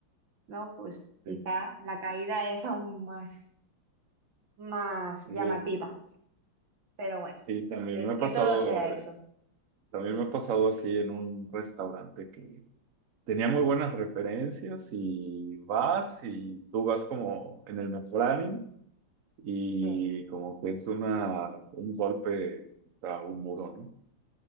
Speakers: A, on the right; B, on the right.
A: ¿no? Pues
B: sí.
A: quizá la caída es aún más más
B: Eh,
A: llamativa. Pero bueno,
B: sí, también
A: que,
B: me ha
A: que
B: pasado,
A: todo sea eso.
B: también me ha pasado así en un restaurante que tenía muy buenas referencias y vas y tú vas como en el mejor ánimo y
A: Sí,
B: como que es una, un golpe contra un muro, ¿no?